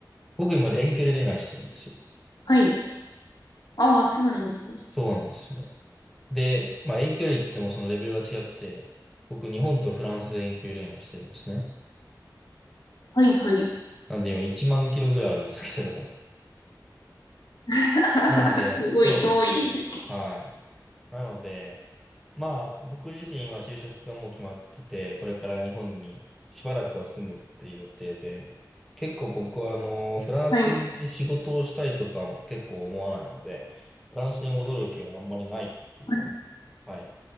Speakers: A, in the centre; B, on the left (about 65°).
A: 僕今遠距離恋愛してるんですよ。
B: はい。ああ、そうなんですね。
A: そうなんですよね。で、まあ遠距離って言ってもそのレベルが違くて、僕日本とフランスで遠距離恋愛してるんですね。
B: はい、はい。
A: なんで今1万キロぐらいあるんですけれども。
B: <laughs>
A: なんで、
B: すごい遠いですね。
A: そうですね。はい。なので、まあ、僕自身は就職がもう決まってて、これから日本にしばらくは住むっていう予定で、結構僕はあの、フランスで仕事をしたいとかも結構思わないので、
B: はい。
A: フランスに戻る気はあんまりないっていうような、
B: はい、
A: はい、